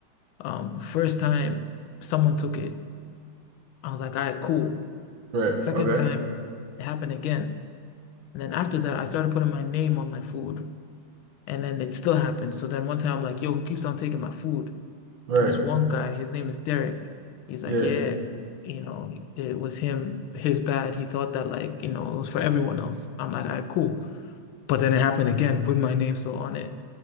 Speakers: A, on the left; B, on the right.
A: Um, the first time someone took it, I was like, all right, cool.
B: Right.
A: Second
B: Okay.
A: time, it happened again. And then after that, I started putting my name on my food. And then it still happened. So then one time I'm like, yo, who keeps on taking my food?
B: Right.
A: And this one guy, his name is Derek. He's
B: Yeah.
A: like, yeah, you know, it was him, his bad. He thought that like, you know, it was for everyone else. I'm like, all right, cool. But then it happened again with my name still on it.